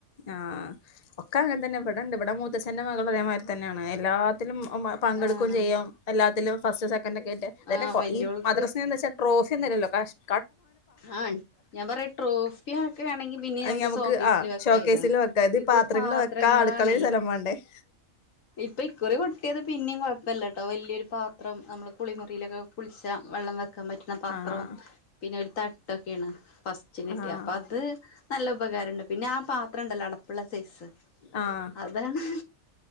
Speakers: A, on the left (about 40°); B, on the left (about 70°).
A: ആ ഒക്കെ ങ്ങനെതന്നെ ഇവിടെണ്ട് ഇവിടെ മൂത്തച്ഛ്ന്റെ മകൾ അതേമാതിരി തന്നെയാണ് എല്ലാത്തിലും <unintelligible> പങ്കെടുക്കുകയും
B: ആഹ്
A: ചെയ്യാം എല്ലാത്തിലും ഫസ്റ്റ് സെക്കൻഡ ഒക്കെ ഇട്ട്
B: ആഹ്
A: അതെ
B: വല്യോൾക്ക്
A: ഈ മദ്രസെ എന്താ വെച്ചാ <unintelligible>
B: ആ ഞാൻ പറയാ ട്രോഫി ആക്കെ ആണെങ്കിൽ പിന്നേം
A: അത്
B: <unintelligible>
A: നമുക്ക് ആ ഷോക്കേസിൽ
B: <unintelligible>
A: വെക്കാം
B: ഇത്
A: പാത്രങ്ങൾ
B: പാത്രങ്ങളാണ
A: വെക്കാ അടുക്കളയിൽ സ്ഥലം വേണ്ടേ
B: ഇപ്പൊ ഇക്കുറി കിട്ടിയത് പിന്നെയും കുഴപ്പല്ലട്ടോ വല്ല്യോരു പാത്രം നമ്മള് കുളിമുറിയിലൊക്കെ കുളിച്ച വെള്ളം വെക്കാൻ പറ്റുന്ന പാത്രവും
A: ആഹ്
B: പിന്നെ <unintelligible> <unintelligible> ഫസ്റ്റ് കിട്ടിയ
A: ആഹ്
B: അപ്പത് നല്ല ഉപകാരണ്ട് പിന്നെ ആ പാത്ര ണ്ടല്ലോ അടപ്പുള്ള സൈസ്
A: ആഹ്
B: അതാണ്